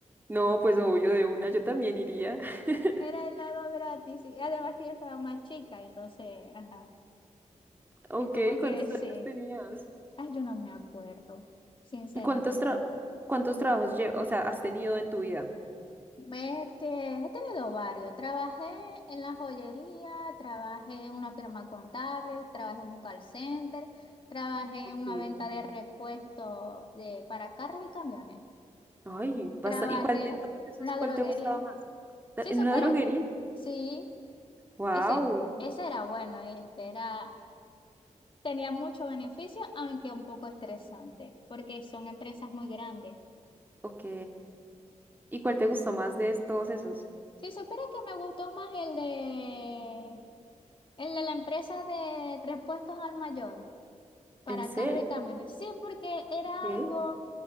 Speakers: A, on the right; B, on the left.
A: No, pues obvio, de una yo también iría. <laughs>
B: era helado gratis, y además que yo estaba más chica, entonces, ajá,
A: Ok,
B: es como que
A: ¿cuántos
B: sí,
A: años tenías?
B: ay, yo no me acuerdo, sinceramente.
A: ¿Cuántos tra- cuántos trabajos lle- o sea, has tenido en tu vida?
B: Este, he tenido varios. Trabajé en la joyería, trabajé en una firma contable, trabajé en un call center, trabajé
A: Ok.
B: en una venta de repuestos de, para carros y camiones.
A: Ay, basta.
B: Trabajé
A: ¿Y cuál de
B: en
A: todos esos,
B: una
A: cuál
B: droguería.
A: te gustaba más? Ta-
B: Sí,
A: ¿En
B: supieras.
A: una droguería?
B: Sí,
A: Wow.
B: ese, ese era bueno, este era, tenía mucho beneficio, aunque un poco estresante, porque son empresas muy grandes.
A: ok. ¿Y cuál te gustó más de todos esos?
B: Si supiera que me gustó más el de el de la empresa de repuestos al mayor para
A: ¿En serio?
B: carros y camiones. Sí, porque era
A: Ok.
B: algo